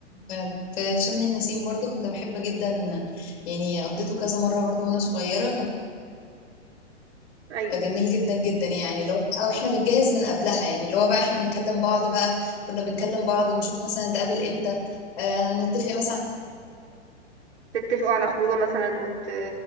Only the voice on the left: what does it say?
فعلا في شم النسيم برضو كنت بحب جدا يعني قضيته كذا مره برضو وانا صغيره كان
جميل جدا جدا يعني لو او احنا بنجهز من قبلها يعني اللي هو بقى احنا بنكلم بعض بقى كنا بنكلم بعض ونشوف مثلا نتقابل امتى آه نتفق مثلا